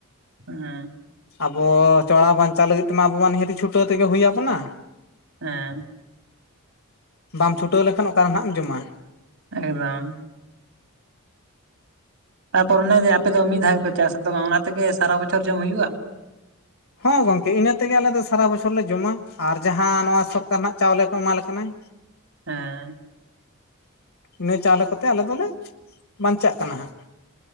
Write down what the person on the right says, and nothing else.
ᱦᱮᱸ
ᱮᱸ
ᱮᱠ ᱫᱚᱢ ᱛᱟᱨ ᱯᱚᱨᱮ ᱚᱱᱮᱡ ᱟᱯᱮ ᱫᱚ ᱢᱤᱫ ᱫᱷᱟᱣ ᱜᱮ ᱯᱮ ᱪᱟᱥᱟ ᱛᱚ ᱵᱟᱝ ᱚᱱᱟ ᱛᱮᱜᱮ ᱥᱟᱨᱟ ᱵᱚᱪᱷᱚᱨ ᱡᱚᱢ ᱦᱩᱭᱩᱜᱼᱟ
ᱦᱮᱸ